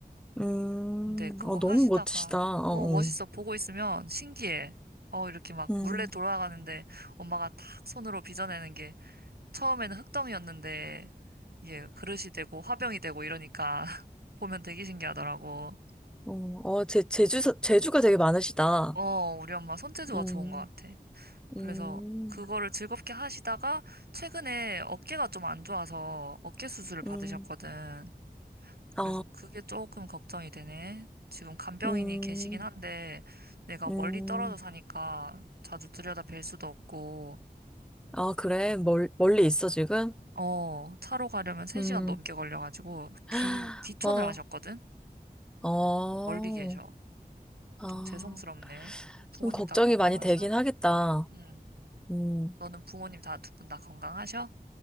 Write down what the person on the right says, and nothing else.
근데
그거
하시다가
어,
멋있어. 보고 있으면 신기해. 어, 이렇게 막
물레 돌아가는데 엄마가 탁 손으로 빚어내는 게 처음에는 흙덩이였는데 이게 그릇이 되고 화병이 되고 이러니까 <laughs> 보면 되게 신기하더라고.
어, 우리 엄마 손재주가
좋은 것 같아. 그래서
그거를 즐겁게 하시다가 최근에 어깨가 좀 안 좋아서 어깨 수술을 받으셨거든.
그래서
그게 조금 걱정이 되네. 지금 간병인이
계시긴 한데 내가
멀리 떨어져 사니까 자주 들여다 뵐 수도 없고,
어, 차로 가려면 3시간
넘게 걸려가지고
귀, 귀촌을
하셨거든?
멀리 계셔.
좀 죄송스럽네. 부모님
다 건강하셔?
응.
너는 부모님 다 두 분 다 건강하셔?